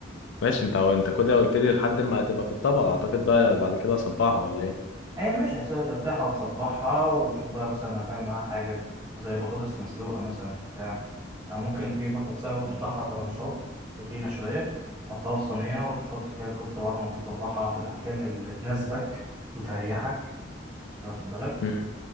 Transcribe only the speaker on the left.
ماشي انت انت كده قلت لي لحد ما هتبقى في الطبق اعتقد بقى بعد كده اصبعها ولا ايه
مم.